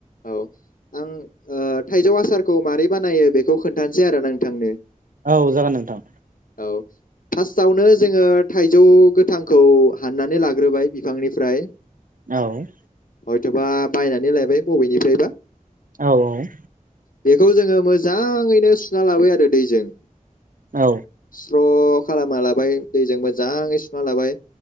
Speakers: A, on the left; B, on the right.
A: औ आं ओ थाइजौ आसारखौ मारोरै बानायो बेखौ खोन्थानोसै आरो नोंथांनो।
B: औ जागोन नोंथां
A: औ फासटआवनो जोङो थाइजौ गोथांखौ हाननानै लाग्रोबाय बिफांनिफ्राय।
B: औ
A: हयथ'बा बायनानै लायबाय बबेनिफ्रायबा।
B: औ औ
A: बेखौ जोङो मोजाङैनो सुना लाबो आरो दैजों।
B: औ
A: स्र' खालामना लाबाय दैजों मोजाङै सुना लाबाय